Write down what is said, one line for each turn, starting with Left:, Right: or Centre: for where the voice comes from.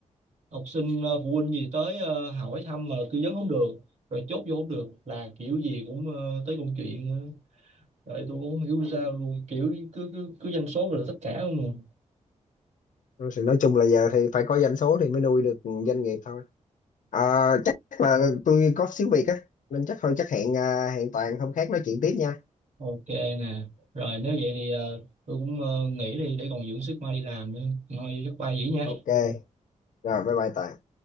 Right: học sinh ờ, phụ huynh gì tới ờ, hỏi thăm mà tư vấn không được rồi chốt vô không được là kiểu gì cũng ờ, tới công chuyện nữa. tôi cũng không hiểu sao luôn kiểu cứ cứ cứ doanh số rồi là tất cả luôn mà.
Left: Rồi thì nói chung là giờ thì phải có doanh số thì mới nuôi được doanh nghiệp thôi à, chắc là tôi có xíu việc á nên chắc thôi chắc hẹn à, hẹn Toàn hôm khác nói chuyện tiếp nha
Right: Ok nè, rồi nếu vậy thì ờ, tôi cũng ờ, nghỉ đi để còn dưỡng sức mai đi làm nữa. Thôi chắc bye vậy nha.
Left: ok rồi bye bye Toàn